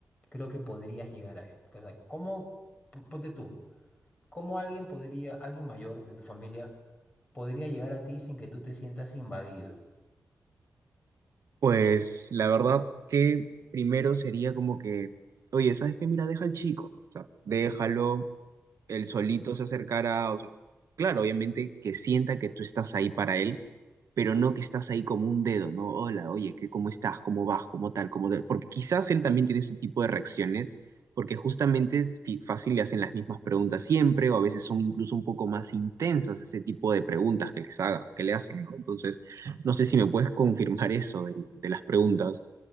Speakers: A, on the left; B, on the right.
A: creo que podrías llegar a él? O sea, ¿cómo, po- ponte tú, cómo alguien podría, alguien mayor de tu familia podría llegar a ti sin que tú te sientas invadido?
B: Pues la verdad que primero sería como que, oye, ¿sabes qué? Mira, deja al chico. O sea, déjalo, él solito se acercará, o sea, claro, obviamente que sienta que tú estás ahí para él, pero no que estás ahí como un dedo, ¿no? Hola, oye, ¿qué, cómo estás? ¿Cómo vas? ¿Cómo tal? ¿Cómo tal? Porque quizás él también tiene ese tipo de reacciones, porque justamente fi- fácil le hacen las mismas preguntas siempre, o a veces son incluso un poco más intensas ese tipo de preguntas que les haga, que le hacen, ¿no? Entonces, no sé si me puedes <laughs> confirmar eso de, de las preguntas,